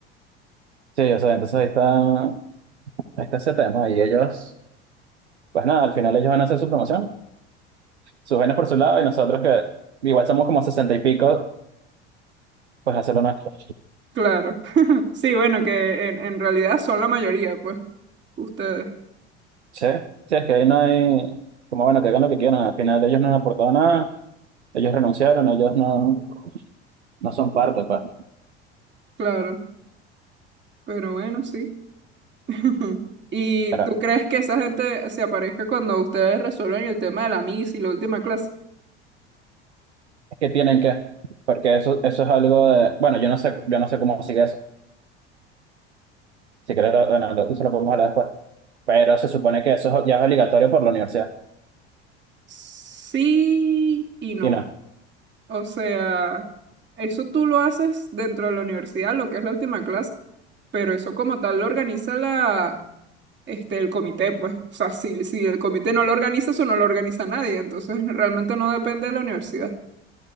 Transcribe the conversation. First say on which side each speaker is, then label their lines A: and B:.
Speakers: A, on the right; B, on the right.
A: Sí, o sea, entonces ahí está, ahí está ese tema. Y ellos, pues nada, al final ellos van a hacer su promoción, sus vainas por su lado, y nosotros que igual somos como sesenta y pico, pues hacer lo nuestro.
B: Claro. <laughs> Sí, bueno, que en, en realidad son la mayoría, pues, ustedes,
A: Sí, sí, es que ahí no hay, como bueno, que hagan lo que quieran, al final ellos no han aportado nada, ellos renunciaron, ellos no, no son parte, pues.
B: claro, pero bueno, sí. <laughs> Ujú. ¿Y
A: Pero
B: tú crees que esa gente se aparezca cuando ustedes resuelven el tema de la MIS y la última clase?
A: es que tienen que, porque eso, eso es algo de, bueno, yo no sé, yo no sé cómo sigue eso Si quieres, lo- bueno, lo- eso lo podemos hablar después. Pero se supone que eso es ya es obligatorio por la universidad.
B: Sí y no.
A: Y no.
B: O sea, eso tú lo haces dentro de la universidad, lo que es la última clase, pero eso como tal lo organiza la, este, el comité, pues. O sea, si, si el comité no lo organiza, eso no lo organiza nadie. Entonces, realmente no depende de la universidad.